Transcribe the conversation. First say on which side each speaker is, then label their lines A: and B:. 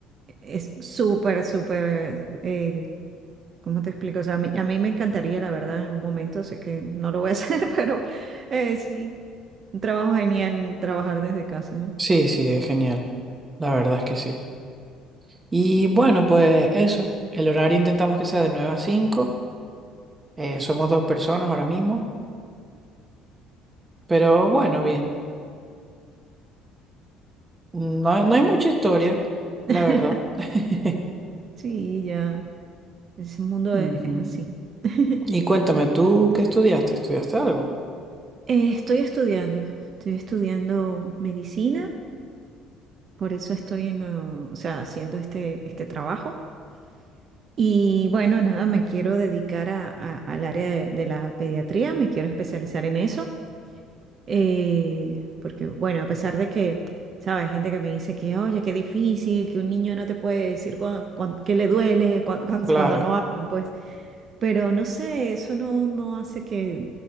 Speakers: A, on the right; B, on the right.
A: es súper, súper eh, ¿Cómo te explico? O sea, a mí, a mí me encantaría, la verdad, en algún momento, sé que no lo voy a <laughs> hacer, pero eh, sí, un trabajo genial trabajar desde casa, ¿no?
B: Sí, sí, es genial. La verdad es que sí. Y bueno, pues eso, el horario intentamos que sea de nueve a cinco Eh, somos dos personas ahora mismo, pero bueno, bien. No, hay- no hay mucha historia, la
A: <laughs>
B: verdad. <laughs>
A: Sí, ya, ese mundo
B: Ujú.
A: es, es así. <laughs>
B: Y cuéntame, ¿tú qué estudiaste? ¿Estudiaste algo?
A: Eh, estoy estudiando, estoy estudiando medicina, por eso estoy en lo- o sea, haciendo este, este trabajo. Y bueno, nada, me quiero dedicar a, a- al área de de la pediatría, me quiero especializar en eso. Eh, porque, bueno, a pesar de que, ¿sabes? Gente que me dice que, oye, qué difícil, que un niño no te puede decir cuan- cuan- que le duele cuan- cuan-
B: Claro,
A: cuando, no hablan, pues. Pero no sé, eso no, no hace que,